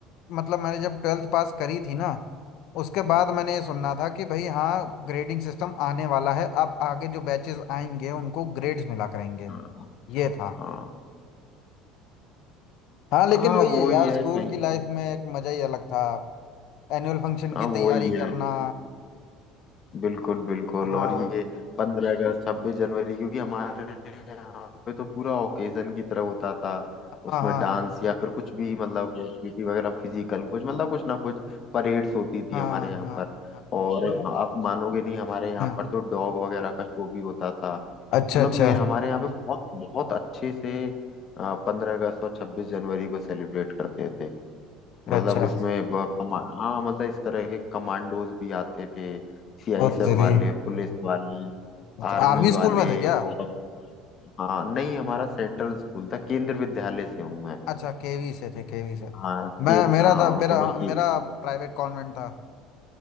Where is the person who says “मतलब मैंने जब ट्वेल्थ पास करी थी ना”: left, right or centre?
Left